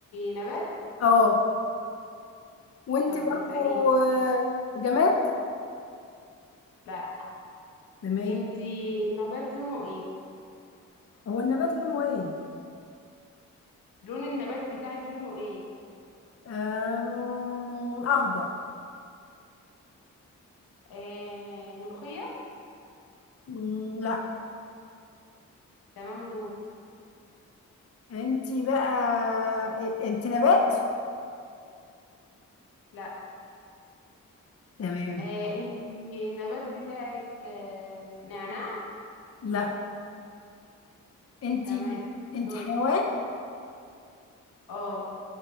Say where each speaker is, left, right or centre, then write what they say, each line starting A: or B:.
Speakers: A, on the left (about 85°); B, on the left (about 45°).
A: نبات
B: اه وانت
A: طب
B: برضو
A: واساليني
B: آه، جماد
A: لا
B: تمام
A: انت نبات لونه ايه
B: هو النبات لونه ايه
A: لون النبات بتاعك لونه ايه
B: آم، اخضر
A: إيه ملوخيه
B: مم، لا
A: تمام دور
B: انت بقى انت نبات
A: لا
B: تمام
A: إيه انت النبات بتاعك آه، نعناع
B: لا انتي
A: تمام
B: انتي
A: دور
B: حيوان
A: اه